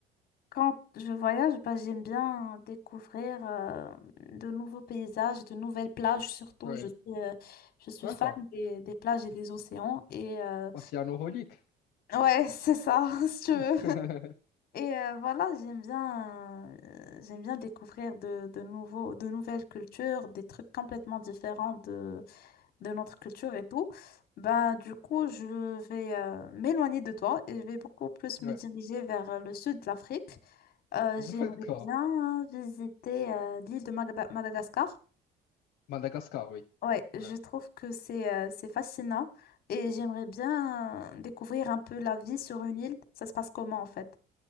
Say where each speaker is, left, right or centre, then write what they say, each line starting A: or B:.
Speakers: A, on the left; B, on the left.
A: Quand je voyage, bah, j'aime bien découvrir euh, de nouveaux paysages, de nouvelles plages surtout.
B: Ouais,
A: Je suis, euh, je suis
B: d'accord.
A: fan des, des plages et des océans. Et euh,
B: Océanoholique.
A: ouais, c'est ça, <laughs> si tu
B: <laughs>
A: veux. Et euh, voilà, j'aime bien, euh, j'aime bien découvrir de, de nouveaux, de nouvelles cultures, des trucs complètement différents de notre culture et tout, bah, du coup, je vais euh, m'éloigner de toi et je vais beaucoup plus me
B: Ouais,
A: diriger vers euh, le sud de l'Afrique. Euh,
B: d'accord.
A: j'aimerais bien visiter euh, l'île de Magada- Madagascar.
B: Madagascar, oui.
A: Ouais, je
B: Ouais,
A: trouve que c'est euh, c'est fascinant et j'aimerais bien euh, découvrir un peu la vie sur une île. Ça se passe comment en fait?